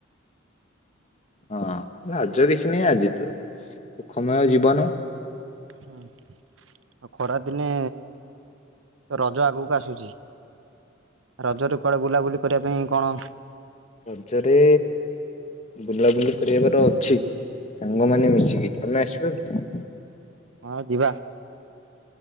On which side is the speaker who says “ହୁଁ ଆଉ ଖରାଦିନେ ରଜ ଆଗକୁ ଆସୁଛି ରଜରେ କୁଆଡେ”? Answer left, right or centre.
Right